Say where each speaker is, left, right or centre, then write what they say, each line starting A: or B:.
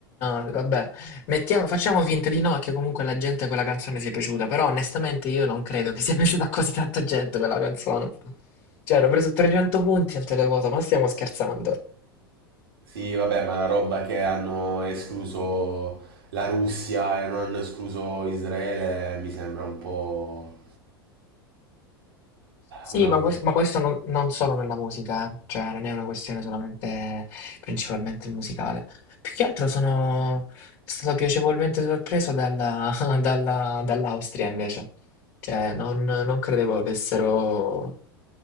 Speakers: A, on the left; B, on the right.
A: no, vabbè. Mettiamo, facciamo finta di no, che comunque alla gente quella canzone sia piaciuta, però onestamente io non credo che sia <laughs> piaciuta a così tanta gente quella canzone. Cioè, hanno preso 300 punti al televoto, ma stiamo scherzando.
B: Sì, vabbè, ma la roba che hanno escluso la Russia e non hanno escluso Israele eh, mi sembra un po'
A: Sì,
B: una
A: ma,
B: cosa.
A: quest- ma questo non, non solo nella musica, eh. Cioè non è una questione solamente principalmente musicale. Più che altro sono stato piacevolmente sorpreso dalla- <laughs> dalla- dall'Austria invece. Cioè non, non credevo avessero...